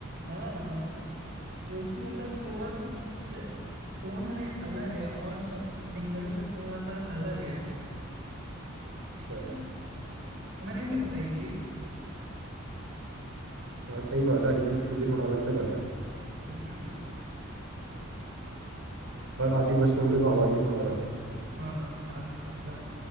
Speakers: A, on the right; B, on the right.
A: हाँ उसकी मतलब थोड़ा सा कुछ टोन में अलग है और सब सिंगरों से थोड़ा सा अलग है उसकी
B: अच्छा
A: टोन तुम्हें नहीं लगता ये चीज
B: हाँ सही बात है अरिजीत सिंह भी थोड़ा अलग सा गाता है
A: हम्म
B: और आतिफ असलम का तो आवाज़ ही थोड़ा अलग है
A: हाँ आतिफ असलम